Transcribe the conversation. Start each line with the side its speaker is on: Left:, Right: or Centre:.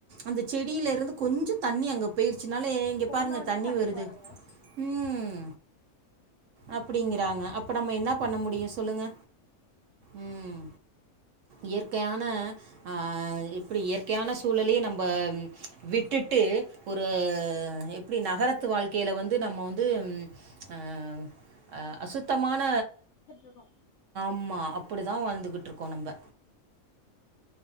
Right: அந்த செடியில இருந்து கொஞ்சோ தண்ணி அங்க போய் ச்சுனாலே இங்க
Left: போனோனே
Right: பாருங்க தண்ணி
Left: சண்டைக்கு
Right: வருது
Left: வராங்க
Right: ம் ம் அப்பிடிங்கிறாங்க அப்ப நம்ம என்ன பண்ண முடியு சொல்லுங்க ம் இயற்கையான அ எப்டி இயற்கையான சூழலே நம்ப விட்டுட் டு ஒரு எப்டி நகரத்து வாழ்க்கையில வந்து நம்ம வந்து ம் அ அ அசுத்தமான
Left: ஹலோ
Right: ம் அ அப்பிடிதா வாழ்ந்துகிட்டு இருக்கோ நம்ப